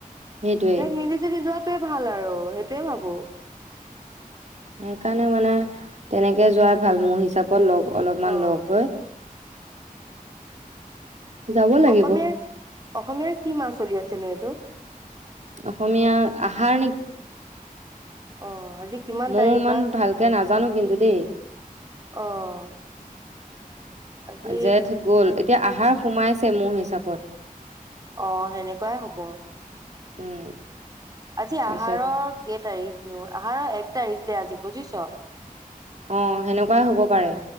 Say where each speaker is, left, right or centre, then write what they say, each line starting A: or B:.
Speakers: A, on the right (about 50°); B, on the right (about 25°).
A: সেইটোৱে
B: সেই মিলি যদি যোৱাত। সয়ে ভাল আৰু সেইটোয়ে ভাবো।
A: সেইকাৰণে মানে তেনেকে যোৱাই ভাল মোৰ হিচাপে। লগ অলপমান
B: অ'।
A: লগ হৈ। যাব লাগিব
B: অসমীয়াাৰ অসমীয়াৰ কি মা চলি আছেনো এইটো।
A: অসমীয়া আহাৰ
B: অ আজি কিমান
A: মই
B: তাৰিখ
A: ইমান
B: বা?
A: ভালকে নাজানো কিন্তু দেই।
B: অ' আজি
A: জেথ গ'ল। এতিয়া আহাৰ সোমাইছে মোৰ হিচাপত।
B: অ সেনেকুৱাই হব।
A: উম।
B: আজি
A: তাৰপিছত
B: আহাৰৰ কেই তাৰিখনো আহাৰৰ এক। তাৰিখ দে আজি বুজিছ।
A: অ সেনেকুৱাই হ'ব পাৰে